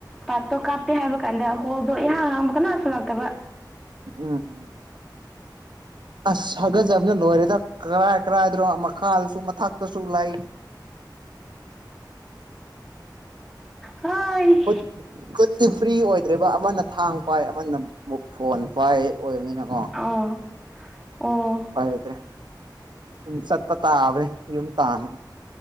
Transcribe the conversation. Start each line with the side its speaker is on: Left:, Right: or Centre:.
Centre: ꯄꯥꯔꯠꯇꯣ ꯀꯥꯞꯄꯦ ꯍꯥꯏꯕ ꯀꯥꯟꯗ ꯍꯣꯜꯗꯣ ꯏꯍꯥꯡ ꯍꯥꯡꯕ ꯀꯅꯥꯁꯨ ꯂꯥꯛꯇꯕ
Right: ꯎꯝ ꯑꯁ ꯍꯥꯀꯠꯆꯕꯅ ꯂꯣꯏꯔꯦꯗ ꯀꯔꯥꯏ ꯀꯔꯥꯏꯗꯅꯣ ꯃꯈꯥꯁꯨ ꯃꯊꯛꯇꯁꯨ ꯂꯩ
Centre: ꯍꯣꯏ
Right: ꯈꯨꯠ ꯈꯨꯠꯇꯤ ꯐ꯭ꯔꯤ ꯑꯣꯏꯗ꯭ꯔꯤꯕ ꯑꯃꯅ ꯊꯥꯡ ꯄꯥꯏ ꯑꯃꯅ ꯃꯨꯛ ꯐꯣꯟ ꯄꯥꯏ ꯑꯣꯏꯕꯅꯤꯅꯀꯣ
Centre: ꯑꯥ ꯑꯣ
Right: ꯎꯄꯥꯏ ꯂꯩꯇ꯭ꯔꯦ ꯑꯗꯨꯝ ꯆꯠꯄ ꯇꯥꯕꯅꯤ ꯌꯨꯝ ꯇꯥꯟꯅ